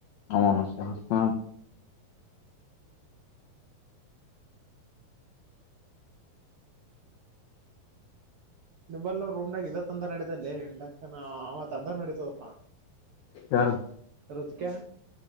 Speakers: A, on the left; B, on the right.
A: ಅವ ಹಸ್ತ
B: ನ <unintelligible> ರೂಮ್ನಾಗ ಇದ ತ್ತಂದ್ರ ನಡಿತಲ್ಲಿ ಇಂಜಕ್ಷನ್ ತಂದರೆ ನಡೀತಪ್ಪಾ
A: ಯಾರು
B: ಇತ್ತಿಕೇ